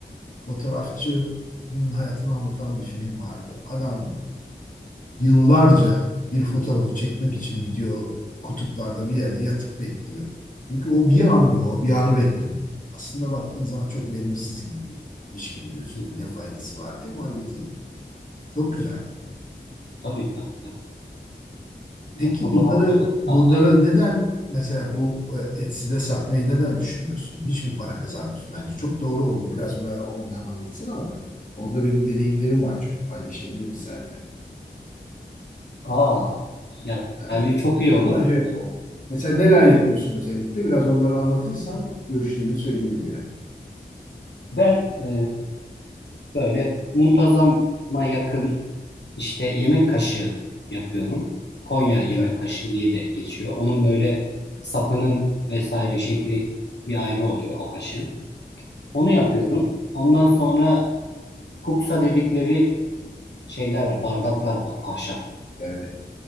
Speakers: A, on the left; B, on the left.
A: fotoğrafçının hayatını anlatan bir film vardı. Adam yıllarca bir fotoğrafı çekmek için gidiyor kutuplarda bir yerde yatıp bekliyor. Çünkü o bir an diyor, o bir anı bekliyor. Aslında baktığın zaman çok verimsiz gibi, iş gibi gözüküyor.
B: hı.
A: Ne faydası var diye ama öyle değil. Çok güzel.
B: Tabii tabii tabii. Ya
A: Peki
B: fotoğrafçılık
A: bunları bunları
B: da ayrı
A: neden mesela bu e, Etsy'de satmayı neden düşünmüyorsun? Hiç mi para kazanmıyorsun? Bence çok doğru olur. Biraz böyle ondan anlatsana bana. Orada benim deneyimlerim var çünkü paylaşabilirim seninle
B: Aa, ya-
A: tabii.
B: yani çok iyi
A: Ama
B: olur.
A: önce
B: Ee,
A: mesela neler yapıyorsun özellikle? Biraz onları anlatırsan görüşlerimi söyleyebilirim.
B: ben e, böyle muntazama yakın işte yemek kaşığı yapıyorum. Konya yemek
A: Evet,
B: kaşığı diye de geçiyor. Onun böyle sapının vesaire şekli bir ayrı oluyor o kaşığın. Onu yapıyorum. Ondan sonra kuksa dedikleri şeyler var, bardaklar var, ahşap.
A: evet.